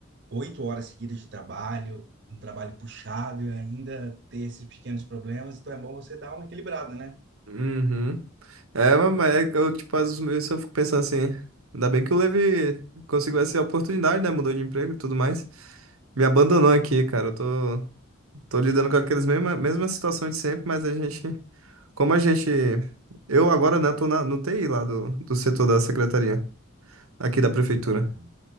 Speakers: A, on the right; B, on the right.
A: oito horas seguidas de trabalho, um trabalho puxado e ainda ter esses pequenos problemas, então é bom você dar uma equilibrada, né?
B: Uhum. É, mas mas é que eu, tipo, às vezes eu fico pensando assim, ainda bem que o Levi conseguiu essa oportunidade, né? Mudou de emprego e tudo mais. Me abandonou aqui, cara. Eu tô, tô lidando com aquelas mesmas, mesmas situações de sempre, mas a gente. Como a gente. Eu agora, né, tô na, no TI lá do, do setor da secretaria, aqui da prefeitura.
A: Ah, bacana.